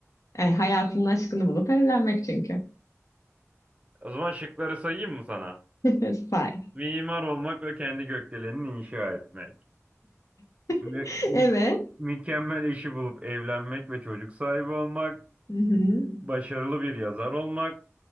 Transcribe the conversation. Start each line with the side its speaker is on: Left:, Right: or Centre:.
Left: E, hayatının aşkını bulup evlenmek çünkü.
Right: O zaman şıkları sayayım mı sana?
Left: <laughs> Say.
Right: Mimar olmak ve kendi gökdelenini inşa etmek.
Left: <laughs>
Right: Mü- mü-
Left: Evet.
Right: mükemmel eşi bulup evlenmek ve çocuk sahibi olmak.
Left: Hı hı.
Right: Başarılı bir yazar olmak.